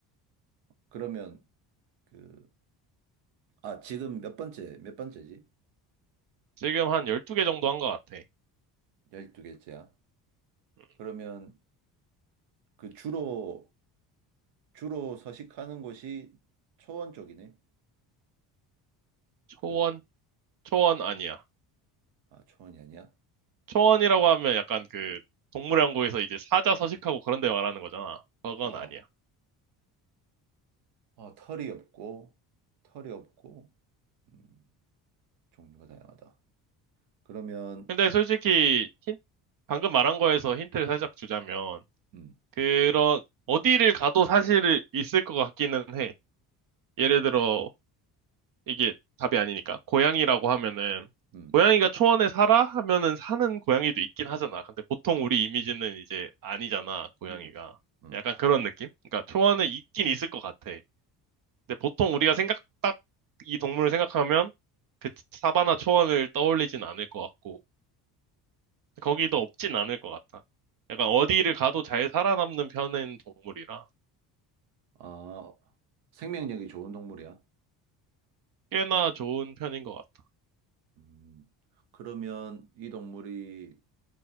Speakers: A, on the right; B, on the right.
A: 그러면 그 아, 지금 몇 번째? 몇 번째지?
B: 지금 한 12개 정도 한 것 같아.
A: 열두 개째야
B: 음,
A: 그러면 그 주로 주로 서식하는 곳이 초원 쪽이네.
B: 초원?
A: 그
B: 초원 아니야.
A: 아, 초원이 아니야?
B: 초원이라고 하면 약간 그 동물연구에서 이제 사자 서식하고 그런 데 말하는 거잖아. 그건
A: 아, 아.
B: 아니야.
A: 아, 털이 없고 털이 없고 음, 종류가 다양하다. 그러면
B: 근데 솔직히 힌- 방금 말한 거에서 힌트를 살짝 주자면,
A: 음.
B: 그런, 어디를 가도 사실 있을 것 같기는 해. 예를 들어, 이게 답이 아니니까. 고양이라고 하면은,
A: 음,
B: 고양이가 초원에 살아? 하면은 사는 고양이도 있긴 하잖아. 근데 보통 우리 이미지는 이제 아니잖아, 고양이가.
A: 음, 음.
B: 약간 그런 느낌? 그러니까 초원에 있긴 있을 것 같아. 근데 보통 우리가 생각, 딱 이 동물을 생각하면 그 사바나 초원을 떠올리진 않을 것 같고, 거기도 없진 않을 것 같아. 약간 어디를 가도 잘 살아남는 편인 동물이라.
A: 아, 생명력이 좋은 동물이야?
B: 꽤나 좋은 편인 것 같다.
A: 음, 그러면 이 동물이,